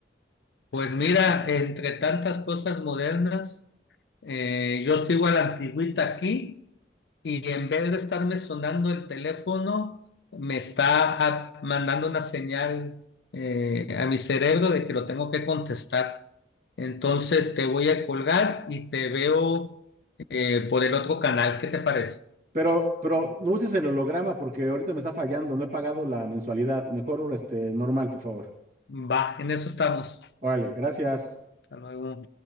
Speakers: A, on the left; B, on the right.
A: Pues mira, entre tantas cosas modernas, eh, yo sigo a la antigüita aquí y en vez de estarme sonando el teléfono, me está a- mandando una señal eh, a mi cerebro de que lo tengo que contestar. Entonces te voy a colgar y te veo eh, por el otro canal. ¿Qué te parece?
B: Pero, pero no uses el holograma porque ahorita me está fallando, no he pagado la mensualidad. Mejor este normal, por favor.
A: Va, en eso estamos.
B: Órale, gracias.
A: Hasta luego.